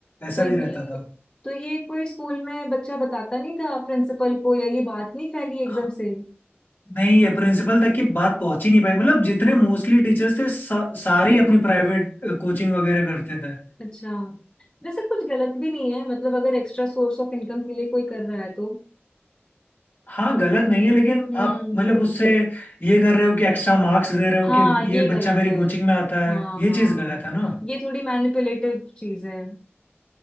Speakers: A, on the left (about 50°); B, on the left (about 25°).
A: ऐसा
B: तो ये
A: भी रहता था
B: तो ये कोई स्कूल में बच्चा बताता नहीं था प्रिंसिपल को या ये बात नहीं फैली एकदम
A: हाँ,
B: से
A: नहीं ये प्रिंसिपल तक की बात पहुंच ही नहीं पाई मतलब जितने मोस्टली टीचर्स थे सा, सारे ही अपनी प्राइवेट कोचिंग वगैरह करते थे
B: अच्छा वैसे कुछ गलत भी नहीं है मतलब अगर एक्स्ट्रा सोर्स ऑफ इनकम के लिए कोई कर रहा है तो
A: हाँ गलत नहीं है लेकिन
B: हम्म
A: आप मतलब उससे ये कर रहे हो कि एक्स्ट्रा मार्क्स दे रहे हो
B: हाँ
A: कि ये
B: ये गलत
A: बच्चा मेरी
B: है
A: कोचिंग में आता है
B: हाँ
A: ये
B: हाँ
A: चीज गलत है ना
B: ये थोड़ी मैनिपुलेटिव चीज है